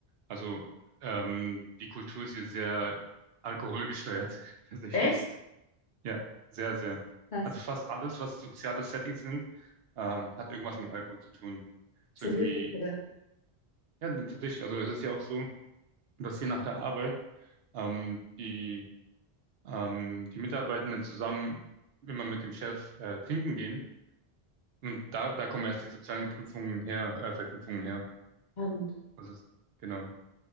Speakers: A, on the right; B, on the left.
A: Also ähm, die Kultur ist hier sehr alkoholgesteuert, <laughs> tatsächlich.
B: Echt?
A: Ja, sehr, sehr.
B: Krass.
A: Also fast alles, was soziale Settings sind, ähm, hat irgendwas mit Alkohol zu tun. Ist
B: Das
A: irgendwie,
B: hätte ich jetzt nicht gedacht.
A: ja, tatsächlich, also es ist ja auch so, dass hier nach der Arbeit ähm, die ähm, die Mitarbeitenden zusammen immer mit dem Chef äh, trinken gehen. Und da, da kommen erst die sozialen Knüpfungen her, äh, Verknüpfungen her.
B: Spannend.
A: Das ist, genau.